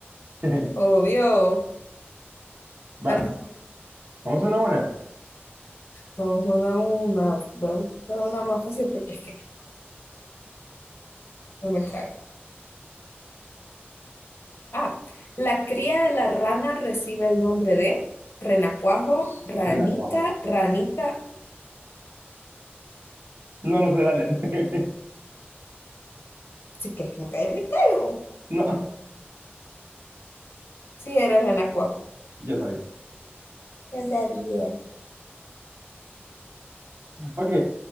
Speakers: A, on the right (about 75°); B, on the left (about 70°).
A: <laughs>
B: obvio.
A: Vas.
B: Bueno,
A: Vamos una a una.
B: vamos a una, una. Voy a buscar una más fácil porque es No me cae. Ah, la cría de la rana recibe el nombre de renacuajo, ranica,
A: Renacuajo.
B: ranita.
A: No, no sé, dale. <laughs>
B: Sí, que es que me cae, me caigo.
A: No,
B: Sí, era renacuajo.
A: yo sabía.
B: Ya sabía.
A: Ok.